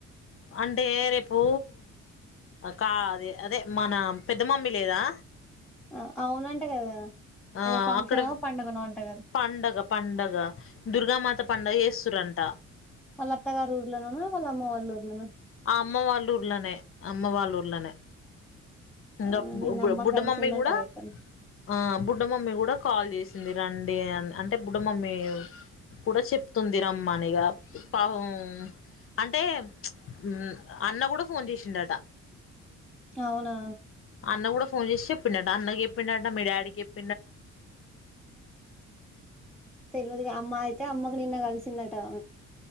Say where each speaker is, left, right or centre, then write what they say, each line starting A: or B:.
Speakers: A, on the left; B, in the centre.
A: అంటే రేపు కా అదే మన పెద్ద మమ్మీ లేదా
B: అ అవునంటా కదా
A: ఆ
B: ఏదో ఫంక్షన్
A: అక్కడ
B: పండుగనో అంట కదా
A: పండగ పండగ దుర్ గామాత పండుగ చేస్తురంట
B: వాళ్ళ అత్త గర్ ఊర్లోనా వాళ్ అమ్మ ఉర్లోనా
A: అమ్మ వాళ్ళూర్లనే అమ్మ వాళ్ళూర్లనే ఇంకా
B: అవునా నిన్న అమ్మకు
A: బుడ్డ
B: కలిసిందంటగా
A: మమ్మీ కూడా
B: ఎక్కడ
A: ఆ బుడ్డ మమ్మీ కూడా కాల్ చేసింది రండి అని అంటే బుడ్డ మమ్మ కూడ చెప్తుంది రమ్మనిగా పాపం అంటే హ్ అన్న కూడా ఫోన్ చేసిండట
B: అవునా
A: అన్న కూడా ఫోన్ చేసి చెప్పిండట అన్నకి చెప్పిండట మీ డాడీకిప్
B: తెలువద్ ఇగ అమ్మ అయితే అమ్మకు నిన్న కలిసిందట ఆమె